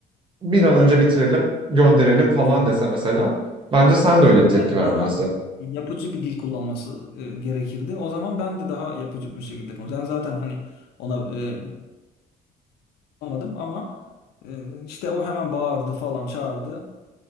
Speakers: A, on the right; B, on the left.
A: bir an önce bitirelim, gönderelim falan
B: hı.
A: dese mesela. Bence sen de öyle bir tepki
B: Ben
A: vermezdin.
B: daha yapıcı bir dil kullanması e, gerekirdi. O zaman ben de daha yapıcı bir şekilde konuştum. Ben zaten hani ona e, olmadım ama e, işte o hemen bağırdı falan çağırdı.